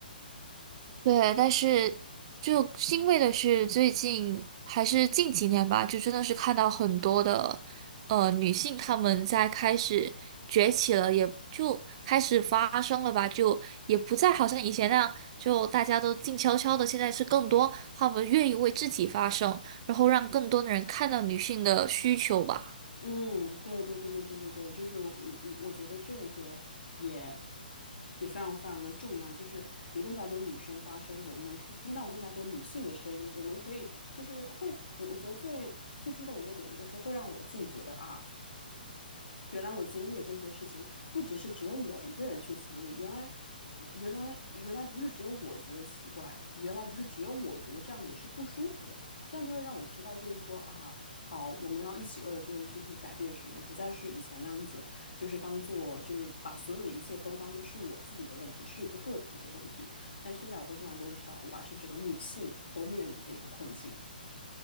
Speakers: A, on the right (about 35°); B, on the left (about 80°).
A: 对，但是就欣慰的是，最近还是近几年吧，就真的是看到很多的呃女性，她们在开始崛起了，也就开始发声了吧，就也不再好像以前那样，就大家都静悄悄的，现在是更多她们愿意为自己发声，然后让更多的人看到女性的需求吧。
B: 嗯，对对对对对对对，就是我我我觉得这个也也非常非常的重要，就是有更加多女生发声，我们能看听到更加多女性的声音，我们可以就是会我我觉得最最触动一个点就是会让我自己觉得啊。原来我经历的这些事情，不只是只有我一个人去经历。原来，原来，原来不是只有我觉得奇怪，原来不是只有我觉得这样子是不舒服的。这样就会让我知道，就是说啊，好，我们要一起为了这件事情去改变什么，不再是以前那样子，就是当做，就是把所有的一切都当做是我自己的问题，是一个个体的问题。但是现在我会更加多意识到，哇，是整个女性都面临的一个困境。